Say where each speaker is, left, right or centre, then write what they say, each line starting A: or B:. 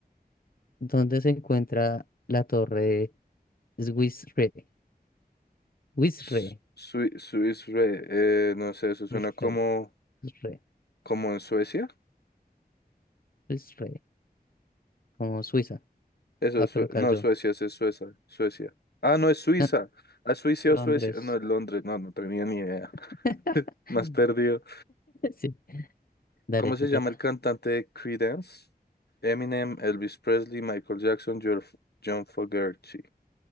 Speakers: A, on the left; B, on the left.
A: ¿Dónde se encuentra la torre Swisre? Swisre,
B: Su- Sui- Suiza, eh, no sé, eso suena
A: Swisre,
B: como,
A: Swisre,
B: como en Suecia.
A: Swisre, como Suiza.
B: Eso
A: Voy
B: es,
A: a colocar
B: Sue- no,
A: yo.
B: Suecia, ese es Suecia, Suecia. Ah, no, es Suiza.
A: Ah,
B: ¿A Suiza
A: Londres.
B: o Suecia? No, es Londres, no, no tenía ni idea.
A: <laughs>
B: <laughs> Más perdido.
A: Sí, dale,
B: ¿Cómo
A: te
B: se llama
A: toca.
B: el cantante de Creedence? Eminem, Elvis Presley, Michael Jackson, Jor- John Fogerty.